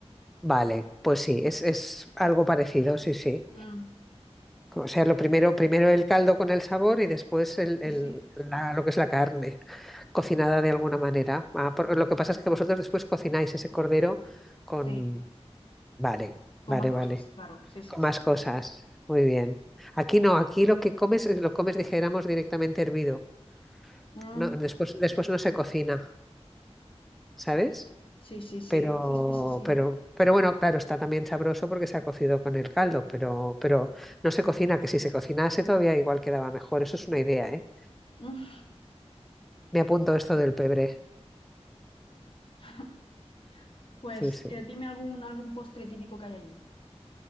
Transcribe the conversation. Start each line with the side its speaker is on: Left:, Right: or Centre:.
Centre: vale. Pues sí, es, es algo parecido, sí, sí.
Left: Mm,
Centre: O sea, lo primero, primero el caldo con el sabor y después el, el-
Left: sí, sí,
Centre: la- lo que es la carne, cocinada de alguna manera. Ah, por- lo que pasa es que vosotros después cocináis ese cordero con...
Left: sí.
Centre: Vale,
Left: Con
Centre: vale,
Left: más cosas,
Centre: vale.
Left: claro. Sí, sí,
Centre: Con
Left: sí.
Centre: más cosas. Muy bien. Aquí no, aquí lo que comes, eh, lo comes, dijéramos, directamente hervido.
Left: Mm,
Centre: No, después, después no se cocina, ¿sabes?
Left: sí, sí, sí,
Centre: Pero,
Left: sí, sí, sí, sí.
Centre: pero, pero bueno, claro, está también sabroso porque se ha cocido con el caldo, pero, pero no se cocina, que si se cocinase todavía igual quedaba mejor. Eso es una idea, ¿eh?
Left: Mm.
Centre: Me apunto esto del pebre.
Left: <laughs> Pues
Centre: Sí, sí.
Left: eh, dime algún, algún postre típico que hay allí.